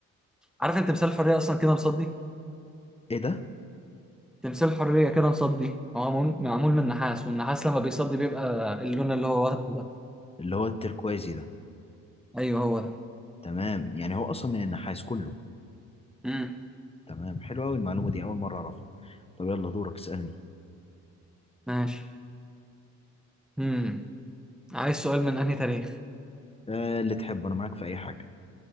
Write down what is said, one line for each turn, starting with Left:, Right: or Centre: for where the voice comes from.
Centre: عارف انت تمثال الحرية اصلا كده مصدي
Left: إيه ده؟
Centre: تمثال الحرية كده مصدي هو معمول معمول من نحاس والنحاس لما بيصدي بيبقى اللون اللي هو واخده ده
Left: اللي هو التركوازي ده
Centre: ايوه هو ده
Left: تمام يعني هو أصلا من النحاس كله
Centre: امم
Left: تمام حلو أوي المعلومة دي أول مرة أعرفها طب يلا دورك اسألني
Centre: ماشي امم عايز سؤال من انهي تاريخ
Left: آه، اللي تحبه أنا معاك في أي حاجة